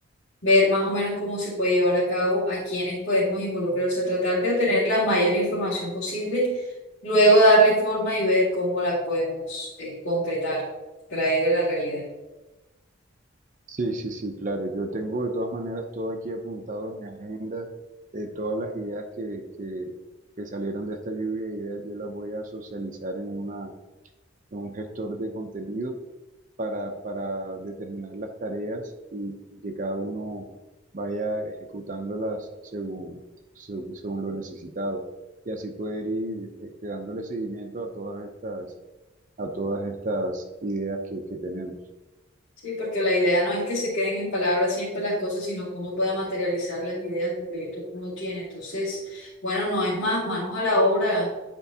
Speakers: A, on the left (about 70°); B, on the right (about 40°).
A: ver más o menos cómo se puede llevar a cabo, a quiénes podemos involucrarse, tratar de obtener la mayor información posible, luego darle forma y ver cómo la podemos eh, concretar, traer a la realidad.
B: Sí, sí, sí, claro. Yo tengo de todas maneras todo aquí apuntado en mi agenda, eh, todas las ideas que, que, que salieron de esta lluvia de ideas, yo las voy a socializar en una un gestor de contenido para, para determinar las tareas y, y que cada uno vaya ejecutándolas según, según, según lo necesitado. Y así poder ir este, dándole seguimiento a todas estas, a todas estas ideas que, que tenemos.
A: Sí, porque la idea no es que se queden en palabras siempre las cosas, sino cómo pueda materializar las ideas, los proyectos que uno tiene. Entonces, bueno, no es más, manos a la obra